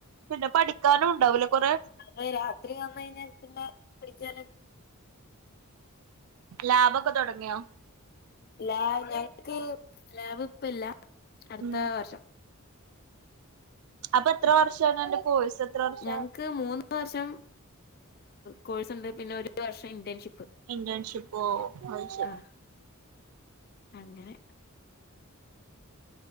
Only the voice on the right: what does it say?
പിന്നെ പഠിക്കാനും ഉണ്ടാവില്ലെ കൊറെ
ലാബൊക്കെ തുടങ്ങിയോ
ഉം
അപ്പൊ എത്ര വർഷണല്ല പോയിസ എത്ര വർഷ
ഇന്റേൺഷിപ്പോ അത് ശരി